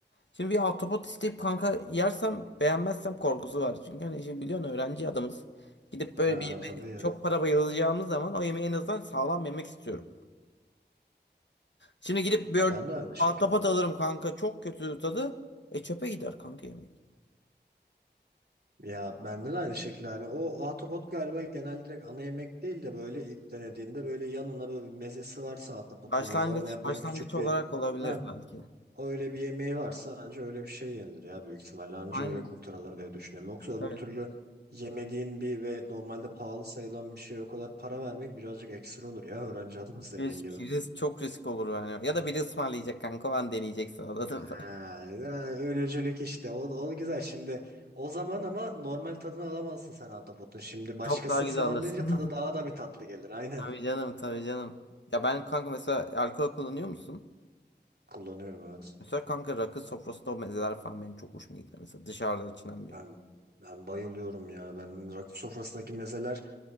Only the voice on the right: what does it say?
Aa,
tabii ya.
Ya
ben de aynı şekilde.
Ya bende de aynı şekilde hani o ahtapot galiba genel direkt ana yemek değil de böyle ilk denediğinde böyle yanına böyle bir mezesi varsa ahtapotun
böyle onunla yapılan
küçük
bir
ben
öyle bir yemeği varsa anca öyle bir şey yenilir ya büyük ihtimalle anca
öyle kurtarılır diye düşünüyorum. Yoksa öbür
türlü yemediğin bir ve normalde pahalı sayılan bir şeye o kadar para vermek birazcık ekstra olur ya öğrenci adımız dediğin
gibi.
Ha, yani ölücülük işte. O, o güzel. Şimdi o zaman ama normal tadını alamazsın sen Ahtapot'un. Şimdi
başkası
ısmarlayınca
tadı daha
da bir tatlı gelir. Aynen.
Kullanıyorum evet.
Ben, ben bayılıyorum ya. Ben rakı sofrasındaki mezeler